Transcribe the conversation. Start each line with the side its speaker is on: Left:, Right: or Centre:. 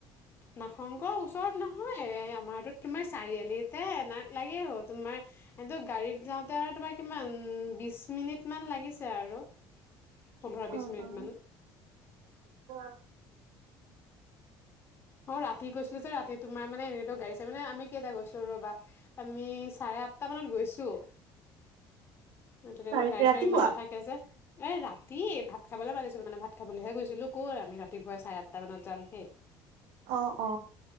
Left: নাগ শংকৰ ওচৰত নহয় আমাৰতো তোমাৰ চাৰিআলিতে এ লাগে হ তোমাৰ কিন্তু গাড়ীত যাওঁতে আৰু তোমাৰ কিমান বিশ মিনিট মান লাগিছে আৰু পোন্ধৰ বিশ
Right: অ',
Left: মিনিটমান।
Right: অ', <unintelligible>
Left: অ ৰাতি গৈছিলো যে ৰাতি তোমাৰ মানে এনেই গাড়ীত চাবলৈ মানে আমি কেইটা গৈছিলো ৰবা আমি চাৰে আঠটা মানত গৈছোঁ।
Right: <inaudible>
Left: তেতিয়া
Right: চাৰে
Left: গাড়ী
Right: ৰাতিপুৱা?
Left: চাড়ী ইমান নাথাকে যে এ ৰাতি ভাত খাবলৈ মানিছিলো মানে ভাত খাবলৈহে গৈছিলো কত আমি ৰাতিপুৱাই চাৰে আঠটা মানত যাম হে।
Right: অ, অ,